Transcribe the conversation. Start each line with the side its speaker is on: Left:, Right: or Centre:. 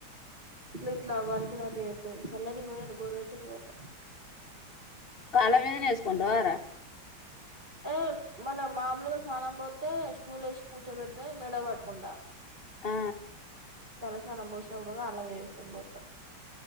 Right: ఇ ట్లా వానీకి నాట్టు చెత్తది సల్లడి పోయన్ గొర్వేచ్చటీవీ పోత్త
Left: కాళ్ళ మీదనే వేసుకుంట వారా
Right: ఏ మన మమూలుగా స్నానం పొత్తే స్టూలు ఏసి పూర్చోబెడితే మెడ పట్టుకుండా
Left: ఆ
Right: తలస్నానం పోసినప్పుడు కళ్ళ మీద ఏసుకొనీ పొత్తం